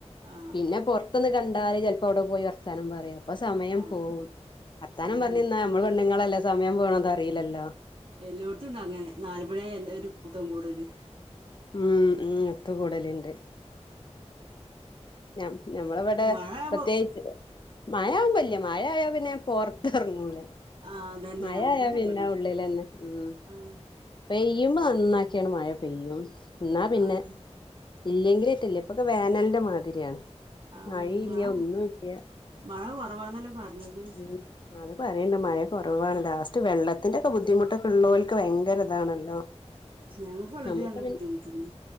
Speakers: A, on the right; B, on the left.
A: ആഹ്
B: പിന്നെ പൊർത്ത്ന്ന് കണ്ടാല് ചെൽപ്പോ അവ്ടെ പോയി വർത്താനം പറയും അപ്പൊ സമയം
A: ആഹ്
B: പോവും വർത്താനം
A: അത്
B: പർഞ്ന്നാ
A: ശരി
B: നമ്മള് പെണ്ണുങ്ങളല്ലേ സമയം പോണതറിയില്ലല്ലോ
A: എല്ലോട്ത്തുണ്ട് അങ്ങനെ നാല് മണി ആയാ എല്ലാരും കൂട്ടം കൂടല്
B: ഉം ഉം ഒത്ത് കൂടല്ണ്ട് ഞ ഞമ്മളവടെ
A: മഴ ആവുമ്പോ
B: പ്രത്യേകിച്ച് മഴാവുമ്പ ഇല്ല്യ മഴായാ പിന്നെ ഞാൻ പൊർത്തെർങ്ങൂല
A: ആഹ് അതന്നെ
B: മഴായാ
A: അങ്ങനെ തന്നെ
B: പിന്നെ
A: ഇബടേം
B: ഉള്ളിലന്നെ ഉം
A: ആഹ്
B: പെയ് പെയ്യുമ്പോ നന്നാക്യാണ് മഴ പെയ്യും എന്നാ പിന്നെ
A: ആഹ്
B: ഇല്ലെങ്കിലേറ്റല്ല്യ ഇപ്പൊക്കെ വേനൽന്റെ മാതിരിയാണ്
A: ആഹ്
B: മഴിം
A: മഴ
B: ല്ല്യാ ഒന്നും ല്ല്യാ
A: മഴ കുറവാന്നല്ലേ പറഞ്ഞത്
B: ഉം <unintelligible> പറയിണ്ട് മഴ കുറവാണ്. ലാസ്റ്റ് വെള്ളത്തിന്റെ ഒക്കെ ബുദ്ധിമുട്ടൊക്കെ ഉള്ളോൽക്ക് ഭയങ്കര ഇതാണല്ലോ.
A: ഞങ്ങൾക്ക് വെള്ളത്തിന്
B: നമുക്ക്
A: നല്ല
B: പിൻ
A: ബുദ്ധിമുട്ടുണ്ട്